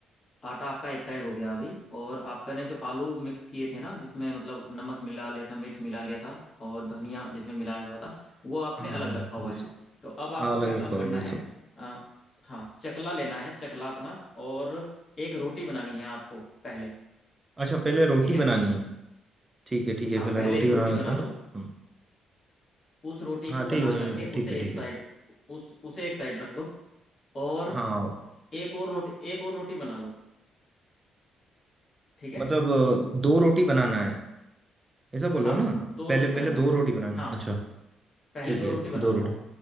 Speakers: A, on the left (about 45°); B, on the right (about 20°).
A: आटा आपका एक साइड हो गया अभी और आपका ने जो आलू मिक्स किए थे ना जिसमें मतलब नमक मिला लिया था मिर्च मिला लिया था और धनिया जिसमें मिलाया हुआ था वो आपने
B: हाँ
A: अलग
B: हाँ हाँ
A: रखा हुआ
B: वो
A: है
B: सब
A: तो अब आपको
B: हाँ अलग
A: क्या काम
B: रखवा
A: करना
B: होगा
A: है
B: सब
A: आ, हाँ चकला लेना है चकला अपना और एक रोटी बनानी है आपको पहले
B: अच्छा पहले रोटी
A: ठीक है
B: बनानी है ठीक है ठीक है
A: हाँ
B: पहले
A: पहले
B: रोटी
A: एक
B: बना
A: रोटी
B: लेता
A: बना
B: हूँ
A: लो
B: हम्म,
A: उस रोटी
B: हाँ
A: को बना
B: ठीक है
A: करके
B: ठीक
A: उसे
B: है ठीक
A: एक साइड
B: है
A: उस उसे एक साइड रख दो और
B: हाँ
A: एक और रोटी एक और रोटी बना लो ठीक है
B: मतलब अ, दो रोटी बनाना है ऐसा बोल
A: हाँ
B: रहे हो ना
A: दो
B: पहले
A: रोटी बनाना
B: पहले
A: है
B: दो रोटी बनाना
A: हाँ
B: है अच्छा
A: पहले
B: ठीक
A: दो
B: है
A: रोटी बना
B: दो
A: लो
B: रोटी
A: आप